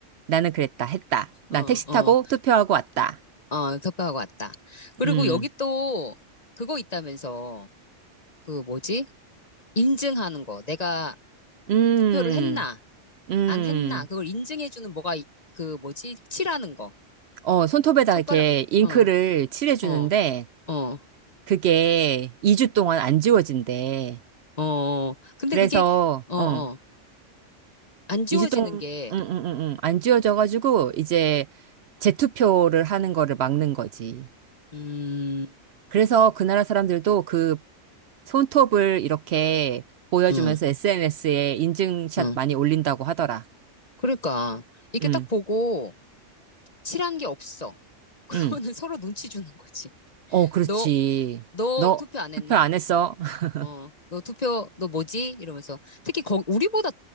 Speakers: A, on the right; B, on the left.
A: 나는 그랬다. 했다. 난
B: 어,
A: 택시
B: 어,
A: 타고 투표하고 왔다.
B: 어, 협박하고 왔다. 그리고
A: 음.
B: 여기 또 그거 있다면서. 그 뭐지? 인증하는 거. 내가
A: 음.
B: 투표를 했나,
A: 음.
B: 안 했나. 그걸 인증해주는 뭐가, 이- 그 뭐지? 칠하는 거.
A: 어, 손톱에다
B: 손가락,
A: 이렇게 잉크를
B: 어,
A: 칠해주는데
B: 어, 어.
A: 그게 2주 동안 안 지워진대.
B: 어, 어. 근데
A: 그래서,
B: 그게, 어,
A: 어,
B: 어, 안 지워지는
A: 2주 동안,
B: 게,
A: 응, 응, 응, 응. 안 지워져가지고 이제 재투표를 하는 거를 막는 거지.
B: 음,
A: 그래서 그 나라 사람들도 그 손톱을 이렇게 보여주면서
B: 응,
A: SNS에 인증샷
B: 응.
A: 많이 올린다고 하더라.
B: 그러니까, 이렇게
A: 응,
B: 딱 보고, 칠한 게 없어. 그러면은
A: 응.
B: <laughs> 서로 눈치 주는 거지.
A: 어, 그렇지.
B: 너, 너
A: 너
B: 투표 안
A: 투표
B: 했나?
A: 안 했어?
B: 음,
A: <laughs>
B: 어, 너 투표, 너 뭐지? 이러면서. 특히, 거, 우리보다,